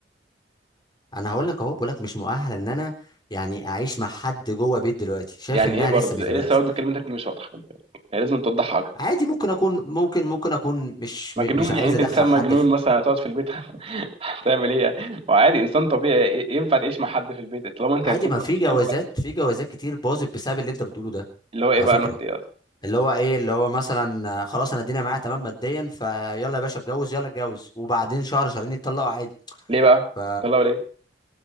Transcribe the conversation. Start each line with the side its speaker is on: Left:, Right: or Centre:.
Left: انا هقول لك اهو بقول لك مش مؤهل ان انا يعني اعيش مع حد جوه بيت دلوقتي شايف
Right: يعني
Left: انها
Right: ايه برضه
Left: لسه مش
Right: إيه
Left: دلوقتي
Right: لسه برضه كلمتك دي مش واضحه خد بالك. يعني لازم توضحها اكتر
Left: عادي ممكن اكون ممكن ممكن اكون مش
Right: مجنون
Left: م- مش عايز
Right: يعني انت
Left: ادخل
Right: انسان مجنون
Left: حد
Right: مثلا هتقعد في البيت <laughs> تعمل ايه يعني ما هو عادي انسان طبيعي ي- ينفع تعيش مع حد في البيت طالما انت
Left: عادي
Right: انسان
Left: ما
Right: طبيعي
Left: في جوازات
Right: ينفع
Left: في جوازات كتير باظت بسبب اللي انت بتقوله ده
Right: اللي هو ايه
Left: على
Right: بقى
Left: فكره
Right: انا قلت ايه اصلا
Left: اللي هو ايه اللي هو مثلا آه، خلاص انا الدنيا معايا تمام ماديا فيلا يا باشا اتجوز يلا اتجوز وبعدين شهر شهرين يتطلقوا عادي
Right: ليه بقى
Left: ف
Right: طلعوا ليه